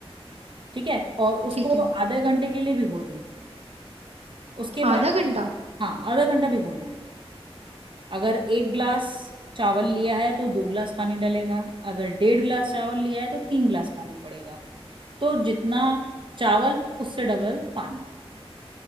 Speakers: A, on the right; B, on the right.
A: ठीक है और उसको
B: ठीक है
A: आधे घंटे के लिए भिगो दो उसके बाद
B: आधा घंटा
A: हाँ आधा घंटा भिगोना है अगर एक ग्लास चावल लिया है तो दो ग्लास पानी डलेगा अगर डेढ़ ग्लास चावल लिया है तो तीन ग्लास पानी पड़ेगा तो जितना चावल उससे डबल पानी